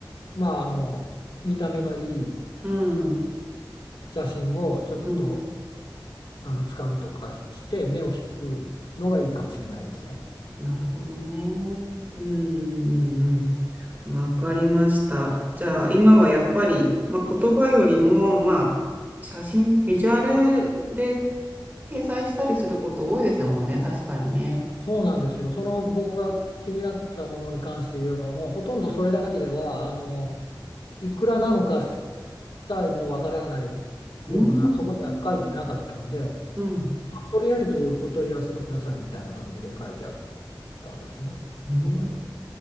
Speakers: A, on the left; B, on the right.
A: まああの見た目のいい
B: うん、
A: 写真をちょっと
B: うん。
A: あの使うとかして目を引くのがいいかもしれないですね。
B: なるほどね。うん、うん、うんうん。わかりました。じゃあ、今はやっぱり、まあ、言葉よりも、まあ、写真、ビジュアルで掲載したりすること多いですもんね。確かにね。
A: そうなんですよ。その僕が気になったものに関して言えばもうほとんどそれだけではあのいくらなのかさえもわからないようなそこには書いてなかったので。
B: うん。うん。
A: とりあえずお問い合わせくださいみたいな感じで書いてあったんですね、
B: うん。
A: そこには。